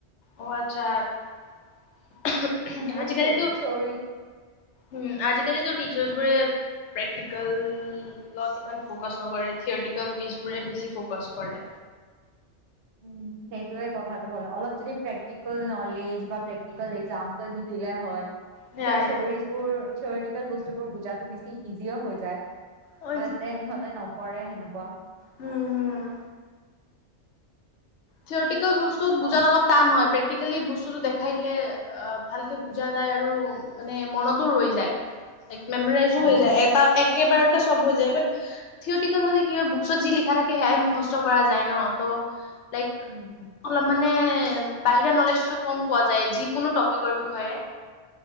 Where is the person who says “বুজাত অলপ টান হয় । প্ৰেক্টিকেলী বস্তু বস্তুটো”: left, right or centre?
Left